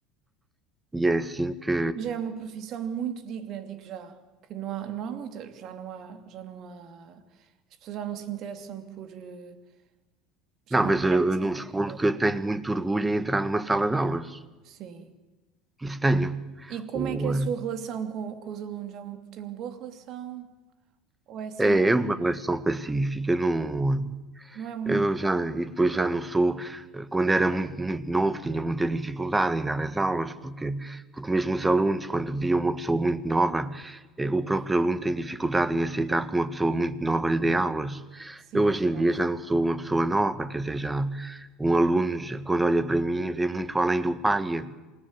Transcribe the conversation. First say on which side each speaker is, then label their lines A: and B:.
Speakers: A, on the right (about 15°); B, on the right (about 50°).
A: e é assim que.
B: Já é uma profissão muito digna, digo já. Que não há, não há muita, já não há, já não há. As pessoas já não se interessam por. eh, Já
A: Não,
B: não
A: mas
B: querem
A: eu, eu
B: ser
A: não
B: produtores.
A: escondo que eu tenho muito orgulho em entrar numa sala de aulas.
B: Sim.
A: Isso tenho.
B: E como
A: O,
B: é que é a sua relação com, com os alunos? É uma, tem uma boa relação? Ou é assim
A: eh,
B: mais.
A: é uma relação pacífica, não.
B: Não é. mu-
A: Eu já, e depois já não sou, eh, quando era muito, muito novo, tinha muita dificuldade em dar as aulas, porque, porque mesmo os alunos, quando viam uma pessoa muito nova, eh, o próprio
B: Sim,
A: aluno tem dificuldade em aceitar que uma pessoa muito nova lhe dê aulas.
B: sim,
A: Eu hoje
B: é verdade.
A: em dia já não sou uma pessoa nova, quer dizer, já um aluno, já- quando olha para mim, vê muito além do pai,